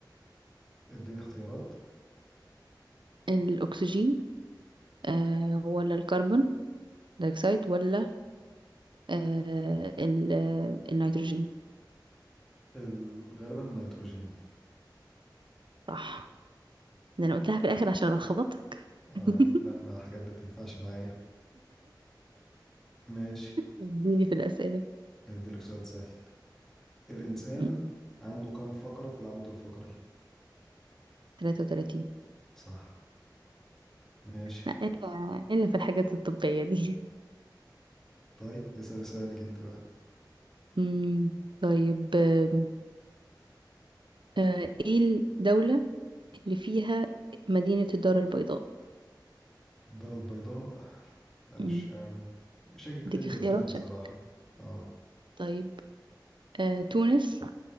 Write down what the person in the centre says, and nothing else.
ادينا اختيارات
ال- غالبا النيتروجين
اه
لا ما حاجات دي تنفعش معايا ماشي
اديلك سؤال سهل الإنسان
عنده كم فقرة في العمود الفقري
صح ماشي
طيب اسأل سؤالك انت بقى
الدار البيضاء لا مش
آه، شاكك
بين
دولتين بصراحة
اه